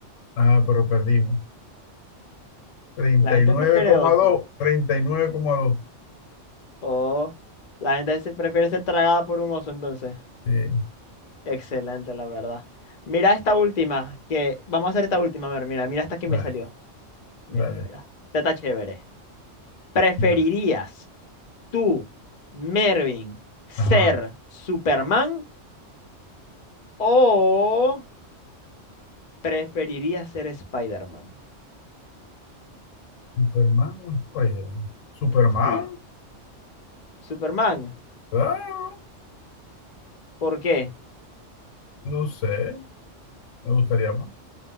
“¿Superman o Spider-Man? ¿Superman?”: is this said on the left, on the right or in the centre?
Left